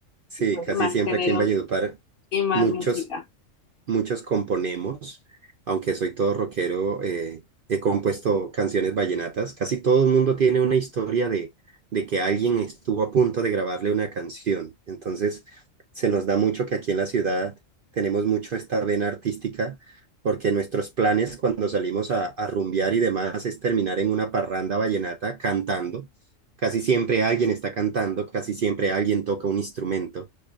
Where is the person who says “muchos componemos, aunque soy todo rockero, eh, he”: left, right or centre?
Right